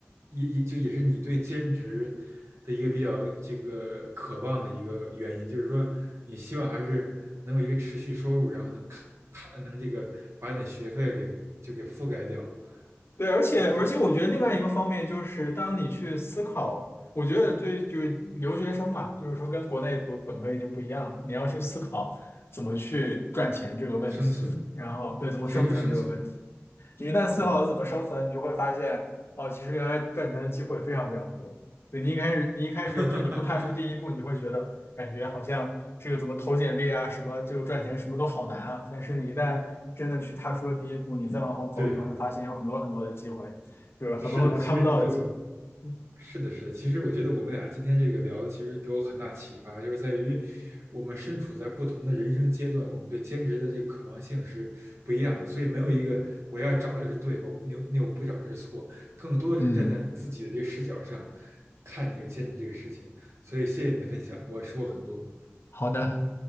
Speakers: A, on the right; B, on the left.
A: 也也就也是你对兼职的一个比较这个渴望的一个原因？就是说，你希望还是能有一个持续收入，然后能看能这个把你的学费给就给覆盖掉，
B: 对，而且而且，
A: 呃对，
B: 我觉得另外一个方面就是，当你去思考，我觉得对，就是留学生嘛，就是说跟国内读本科已经不一样了，你要去思考怎么去赚钱这个问题，
A: 生存
B: 然后对，怎么生存这个问题。
A: 其实就生存，
B: 你一旦思考了怎么生存，
A: 对，
B: 你就会发现，哦，其实原来赚钱的机会非常非常多。对，你一开始，你一开始就你不踏出第一步，
A: <laughs>
B: 你会觉得感觉好像这个怎么投简历啊，什么就赚钱，什么都好难啊。但是你一旦真的去踏出了第一步，你再往后走，
A: 对。
B: 你会发现有很多很多的机会，就是很多很多看不到的机会。
A: 是的，其实你就
B: 嗯
A: 是的，是的。其实我觉得我们俩今天这个聊的，其实给我很大启发，就是在于我们身处在不同的人生阶段，我们对兼职的这个渴望性是不一样的。所以没有一个我要找就是对，我那那我不找就是错，更多的是站在你自己的这个视角上
B: 嗯，
A: 看这个兼职这个事情。所以谢谢你的分享，我说获很多。
B: 好的。